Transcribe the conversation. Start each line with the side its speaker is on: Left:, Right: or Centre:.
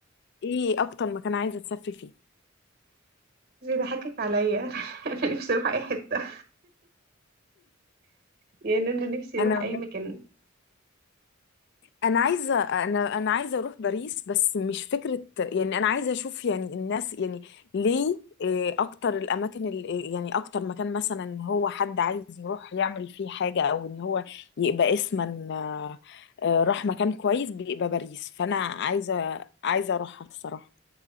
Left: ايه اكتر مكان عايزه تسافري فيه
Right: بس بيضحكك عليا <laughs> انا نفسي اروح اي حته يعني انا نفسي اروح
Left: انا
Right: اي
Left: بجد-
Right: مكان
Left: انا عايزه انا انا عايزه اروح باريس بس مش فكره يعني انا عايزه اشوف يعني الناس يعني ليه إيه، اكتر الاماكن ال- إيه، يعني اكتر مكان مثلا ان هو حد عايز يروح يعمل فيه حاجه او ان هو يبقى اسما آه، آه، راح مكان كويس بيبقى باريس فانا عايزه عايزه اروحها الصراحه